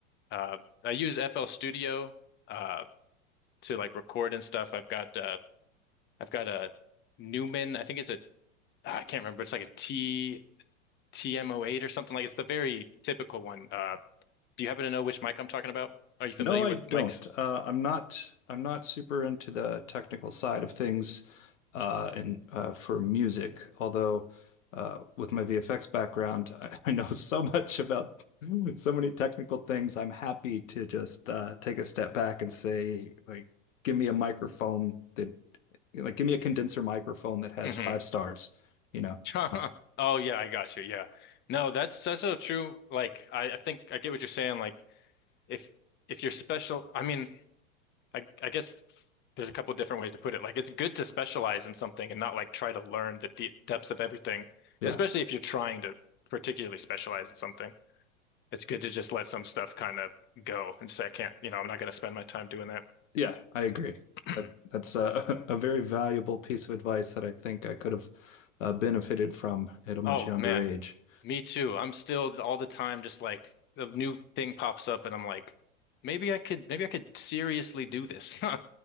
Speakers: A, on the left; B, on the left.
A: uh I use FL Studio uh to like record and stuff. I've got uh I've got a Newman, I think it's a ah, I can't remember, it's like a T TM08 or something like it's the very typical one. Uh Do you happen to know which mic I'm talking about? Are you familiar
B: No, I
A: with
B: don't.
A: mics?
B: Uh, I'm not. I'm not super into the technical side of things, uh, and uh, for music. Although, uh, with my VFX background, <laughs> I, I know so much about <laughs> so many technical things. I'm happy to just uh, take a step back and say, like, give me a microphone that, like, give me a condenser microphone that has
A: hmm
B: five stars. You know?
A: <laughs>
B: Fine.
A: Oh yeah, I got you. Yeah. No, that's that's so true. Like I, I think I get what you're saying. Like if if you're special, I mean, I I guess there's a couple different ways to put it. Like it's good to specialize in something and not like try to learn the deep depths of everything,
B: Yeah.
A: especially if you're trying to particularly specialize in something. It's good to just let some stuff kind of go and say, I can't, you know, I'm not going to spend my time doing that.
B: Yeah, I agree.
A: <clears throat>
B: That that's a, <laughs> a very valuable piece of advice that I think I could have uh, benefited from at a much
A: Oh
B: younger
A: man,
B: age.
A: me too. I'm still all the time just like a new thing pops up and I'm like, maybe I could maybe I could seriously do this. <laughs>